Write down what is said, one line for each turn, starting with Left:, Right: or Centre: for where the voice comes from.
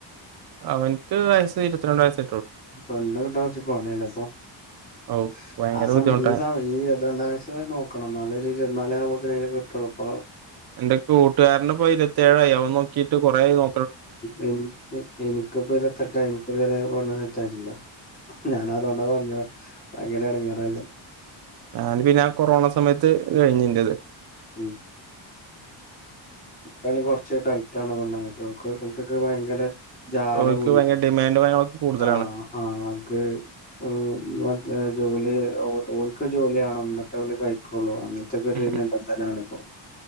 Right: അവനിക്ക് വയസ്സ് ഇരുപത്തിരണ്ട് വയസ്സ
Left: പെണ്ണ് കിട്ടാൻ കൊറച്ച് പണിയല്ലേ ഇപ്പോ <inaudible>
Right: ഔ ഭയങ്കര
Left: ആ സമയ
Right: ബുദ്ധിമുട്ടാ
Left: ഈ സമയം ഈ ഇരുപത്തി രണ്ടാം വയസ്സില് നോക്കണം എന്നാലെ ഇരുപത്തി നാലാം ആവു <unintelligible> കിട്ടുള്ളൂ അപ്പൊ
Right: എന്റെ കൂട്ടുകാരൻ ഇപ്പൊ ഇരുപത്തേഴായി അവൻ നോക്കിട്ട് കൊറെയായി നോ
Left: എനിക്ക് <unintelligible> ഇരുപതിയെട്ടായി എനിക്ക് ഇതുവരെ പെണ്ണ് സെറ്റായിട്ട് ഇല്ല ഞാൻ അതുകൊണ്ടാ പറഞ്ഞ ഭയങ്കര ഇടങ്ങാറല്ലേ <inaudible>
Right: ഞാന് പിന്നെ കൊറോണ സമയത്ത് കഴിഞ്ഞ് ഇന്റെത്
Left: ഉം <inaudible> ഇപ്പ അയിന് കുറച്ച് ടൈറ്റ പെണ്ണുങ്ങള് <unintelligible> ഭയങ്കര ജാട
Right: ഓൽക്ക്
Left: കൂടിയേക്കണ്
Right: ഭയങ്കര ഡിമാൻഡും കാര്യങ്ങളൊക്കെ കൂടുതലാണ്
Left: ആ ആ അ <unintelligible> മറ്റേ ജോലി ഓൻക്ക് ജോലി വേണം എന്നിട്ടേ അവ <unintelligible> കഴിക്കോളൂ അങ്ങനത്തെ <unintelligible>
Right: ഉം ഉം
Left: നിബന്ധനം ആണ് ഇപ്പോ